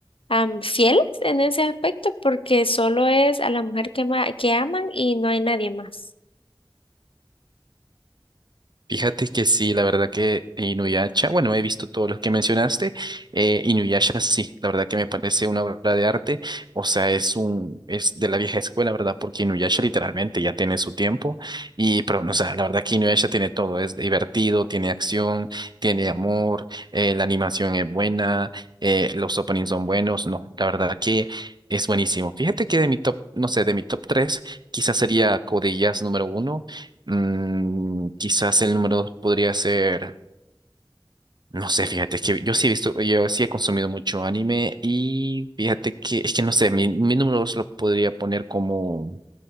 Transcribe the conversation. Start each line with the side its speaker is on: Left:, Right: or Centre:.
Left: am, fieles en ese aspecto, porque solo es a la mujer que, ma- que aman y no hay nadie más.
Right: Fíjate que sí, la verdad que Inuyasha, bueno, he visto todos los que mencionaste, eh, Inuyasha sí, la verdad que me parece una obra de arte, o sea, es un, es de la vieja escuela, ¿verdad? Porque Inuyasha literalmente ya tiene su tiempo, y, pero, no, o sea, la verdad que Inuyasha tiene todo, es divertido, tiene acción, tiene amor, eh, la animación es buena, eh, los openings son buenos, no, la verdad que es buenísimo. Fíjate que de mi top, no sé, de mi top tres, quizás sería Code Codillas número uno Mm, quizás el número dos podría ser, no sé, fíjate, es que yo sí he visto, yo sí he consumido mucho anime y fíjate que, es que no sé, mi, mi número dos lo podría poner como